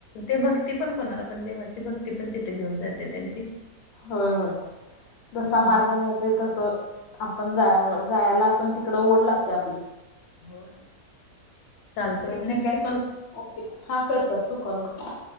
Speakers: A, on the left; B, on the left.
A: ते भक्ती पण कोणाला पण देवाची भक्ती पण तिथे घेऊन जाते त्यांची
B: होय, होय जसा
A: हम्म
B: मार्ग मिळत ते तसं आपण जाय जायला आपण तिकड ओढ लागते आपली
A: होय चालतय
B: बरं ठीक
A: नेक्स्ट
B: आहे
A: कॉल.
B: ओके हा कर, कर तू कॉल कर